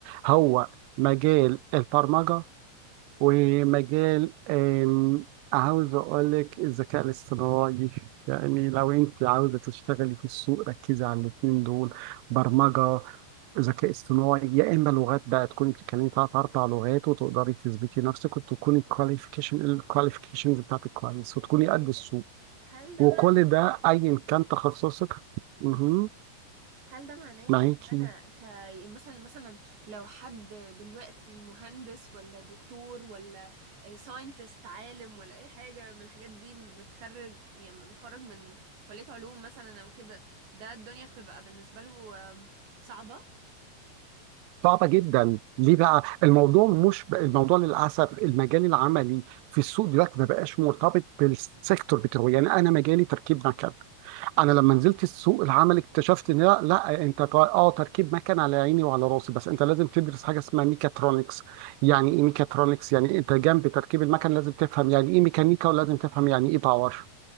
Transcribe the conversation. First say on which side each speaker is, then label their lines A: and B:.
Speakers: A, on the right (about 90°); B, on the right (about 60°).
A: هو مجال البرمجه ومجال آم، عاوز اقول لك الذكاء الاصطناعي يعني لو انت عاوزه تشتغلي في السوق ركزي على الاثنين دول برمجه ذكاء اصطناعي يا اما لغات بقى تكوني بتتكلمي ثلاث اربع لغات وتقدري تثبتي نفسك وتكوني الكواليفيكيشن الكواليفيكيشنز بتاعتك كويس وتكوني
B: إيه
A: قد السوق
B: هل ده
A: وكل
B: معناه
A: ده ايا كان تخصصك مهم.
B: هل ده معناه
A: معاكي
B: ان انا ك يعني مثلا مثلا لو حد دلوقتي مهندس ولا دكتور ولا ساينتست عالم ولا اي حاجه من الحاجات دي متخرج يعني متخرج من كليه علوم مثلا او كده ده الدنيا بتبقى بالنسبه له آم، صعبه
A: صعبة جدا ليه بقى الموضوع مش الموضوع للأسف المجال العملي في السوق دلوقتي ما بقاش مرتبط بالسيكتور بتاعه يعني أنا مجالي تركيب مكن انا لما نزلت السوق العمل اكتشفت ان لا, لا انت ط- اه تركيب مكن على عيني وعلى راسي بس انت لازم تدرس حاجه اسمها ميكاترونكس يعني ايه ميكاترونكس يعني انت جنب تركيب المكن لازم تفهم يعني ايه ميكانيكا ولازم تفهم يعني ايه باور